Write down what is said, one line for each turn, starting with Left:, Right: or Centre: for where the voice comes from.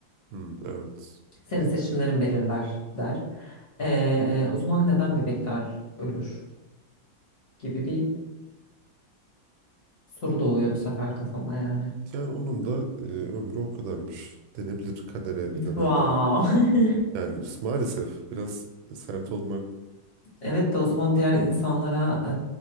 Right: hmm, evet.
Left: Senin seçimlerin belirler der. E, o zaman neden bebekler ölür gibi bir soru doğuyor bu sefer kafama yani.
Right: Yani onun da e, ömrü o kadarmış denebilir kadere inanan
Left: Wow.
Right: biri.
Left: <laughs>
Right: Yani maalesef biraz sert olmak
Left: Evet de o zaman diğer insanlara